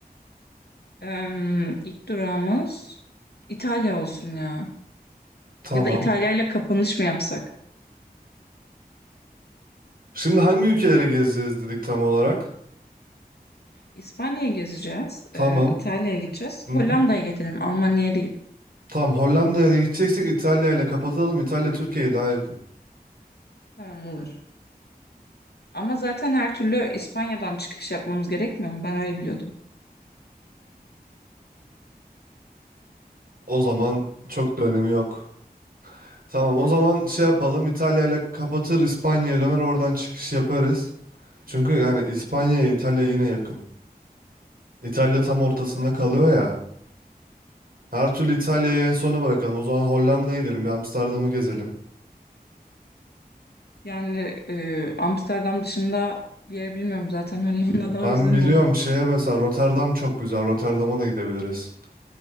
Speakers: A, on the left; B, on the right.
A: Em, ilk durağımız İtalya olsun ya.
B: Tamam.
A: Ya da İtalya ile kapanış mı yapsak?
B: Şimdi hangi ülkelere gezeceğiz dedik tam olarak?
A: İspanya'ya gezeceğiz.
B: Tamam.
A: em, İtalya'ya gideceğiz.
B: Hı
A: Hollanda'ya
B: hı.
A: gidelim. Almanya'ya değil.
B: Tamam Hollanda'ya da gideceksek İtalya ile kapatalım. İtalya Türkiye'ye daha yakın.
A: Tamam olur. Ama zaten her türlü İspanya'dan çıkış yapmamız gerekmiyor mu? Ben öyle biliyordum.
B: O zaman çok da önemi yok. Tamam o
A: Evet.
B: zaman şey yapalım İtalya'yla kapatır İspanya'ya döner oradan çıkış yaparız. Çünkü yani İspanya'ya
A: Hı,
B: İtalya yine yakın. İtalya tam ortasında
A: Zaten.
B: kalıyor ya. Her türlü İtalya'yı en sona bırakalım. O zaman Hollanda'ya gidelim bir Amsterdam'ı gezelim.
A: Yani e, Amsterdam dışında bir yer bilmiyorum zaten <laughs> Hollanda'da
B: Ben
A: o yüzden
B: biliyorum
A: olur.
B: şeye mesela Rotterdam çok güzel. Rotterdam'a da gidebiliriz.